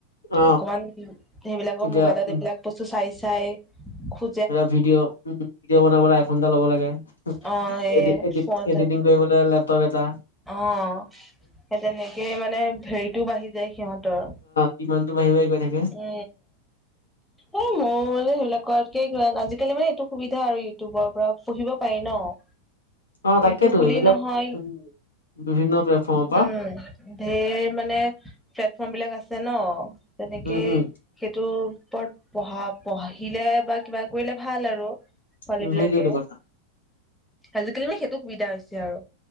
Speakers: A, on the left; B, in the centre.
A: অ
B: অকমান, সেইবিলাকৰ
A: এতিয়া
B: মোবাইলত,
A: উম
B: এইবিলাক বস্তু চাই-চাই খো
A: বোলে ভিডিঅ। উম! ভডিঅ' বনাবলে আইফোন এটা ল'ব লাগে।
B: অ সেই
A: এডি- এডি,
B: ফোন
A: এডিটিং কৰিবলে, লেপটপ এটা।
B: অ'! সেই তেনেকে মানে, হেৰিটো বাঢ়ি যায় সিহঁতৰ।
A: কিমানতো, বাঢ়ি-বাঢ়ি গৈ থাকে।
B: এ, এ, মই যে, সেইবিলাক কৰাতকে, কিবা, আজিকালি মানে, এইটো সুবিধা আৰু ইউটিউবৰ পৰা পঢ়িব পাৰি ন'?
A: অ
B: ইউটোব
A: তাকেতো
B: বুলি
A: এইবিলাক
B: নহয়।
A: উম বিভিন্ন প্লেটফৰ্মৰ পৰা
B: উম! ধেৰ মানে, প্লেটফৰ্মবিলাক আছে ন'! তেনেকে
A: উম উম
B: সেইটোৰ ওপৰত, পঢ়া- পঢ়িলে বা কিবা কৰিলে, ভাল আৰু। ছোৱালীবিলাকে,
A: উম সেইটোৱেটো কথা
B: আজিকালি মানে, সেইটো সুবিধা হৈছে আৰু।